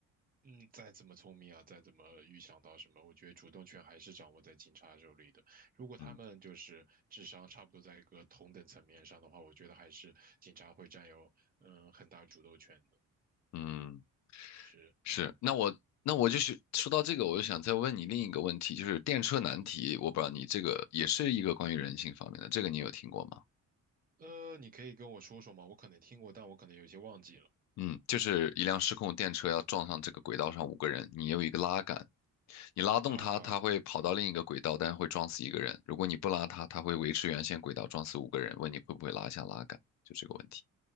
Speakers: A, on the right (about 30°); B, on the left (about 65°).
A: 嗯，再怎么聪明啊，再怎么预想到什么，我觉得主动权还是掌握在警察手里的。如果他们就是智商差不多在一个同等层面上的话，
B: 嗯
A: 我觉得还是警察会占有，嗯、很大主动权的。
B: 嗯，
A: 是，
B: 是。那我那我就是说到这个，我就想再问你另一个问题，就是电车难题，我不知道你这个也是一个关于人性方面的，这个你有听过吗？
A: 呃，你可以跟我说说吗？我可能听过，但我可能有些忘记了
B: 嗯，就是一辆失控电车要撞上这个轨道上五个人，你有一个拉杆，你拉动它，
A: 啊。
B: 它会跑到另一个轨道，但是会撞死一个人；如果你不拉它，它会维持原先轨道，撞死五个人。问你会不会拉下拉杆，就这个问题。